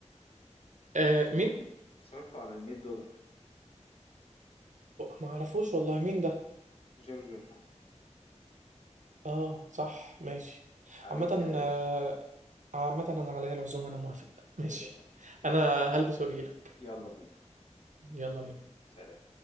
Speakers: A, on the right; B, on the left.
A: آه مين؟
B: صورته على 100 دولار
A: ما أعرفوش والله مين ده
B: جورج واشنطن
A: اه صح ماشي
B: عليك
A: عامة
B: كده يا باشا
A: آه، عامة انا عليا العزومة انا موافق ماشي
B: يا باشا يا
A: انا
B: باشا ماشي
A: هلبس واجيلك
B: يلا بينا
A: يلا بينا
B: سلام